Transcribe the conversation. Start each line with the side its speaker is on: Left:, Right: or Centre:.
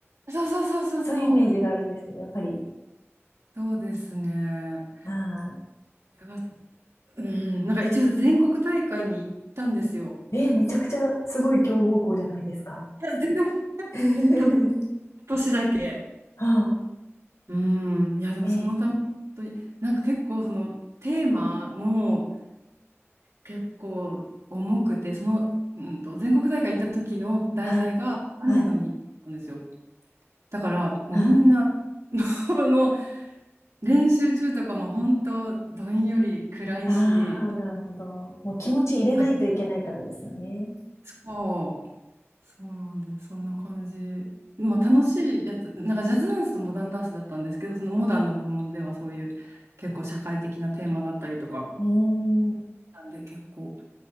Right: そうそうそうそうそう。
Left: そういうイメージがあるんですけど、やっぱり、
Right: そうですね。
Left: ああ、
Right: これはうん、なんか一応全国大会に行ったんですよ。
Left: えーめちゃくちゃすごい強豪校じゃないですか。
Right: いや全然、
Left: <laughs>
Right: たった年だけ。
Left: はあ、
Right: うん、いやでもそのため、
Left: えー
Right: 本当になんか結構そのテーマも、結構重くて、その、うんと、全国大会行った時の題材が雨の日記だったんですよ。
Left: はい、はい、
Right: だから、もうみんな、
Left: はい。
Right: <laughs> あの、練習中とかも本当、どんより暗いし、
Left: ああ、なるほど。もう気持ち入れないといけないからですよね。
Right: あそう、そうなんで、そんな感じ。まあ、楽しいやつ、なんかジャズダンスとモダンダンスだったんですけど、そのモダンの部門ではそういう結構社会的なテーマだったりとか、
Left: うーん。
Right: なんで結構